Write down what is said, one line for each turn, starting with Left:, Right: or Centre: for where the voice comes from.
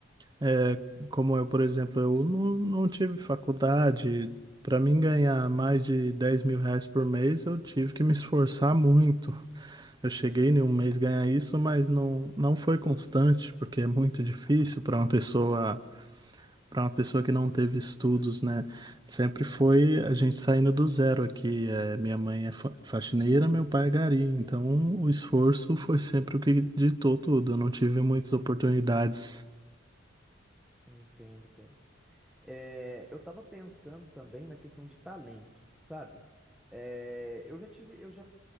Right: é, como eu, por exemplo, eu não, não tive faculdade. Para mim ganhar mais de dez mil reais por mês, eu tive que me esforçar muito. Eu cheguei
Centre: Entendo,
Right: em um mês ganhar isso, mas não, não foi constante, porque é muito difícil para uma pessoa, para uma pessoa que não teve estudos, né? Sempre foi a gente saindo do zero aqui. É, minha mãe é fa- faxineira, meu pai é gari. Então o esforço foi sempre o que ditou tudo. Eu não tive muitas oportunidades.
Centre: entendo, cara. Eh, eu tava pensando também na questão de talento, sabe? Eh, eu já tive, eu já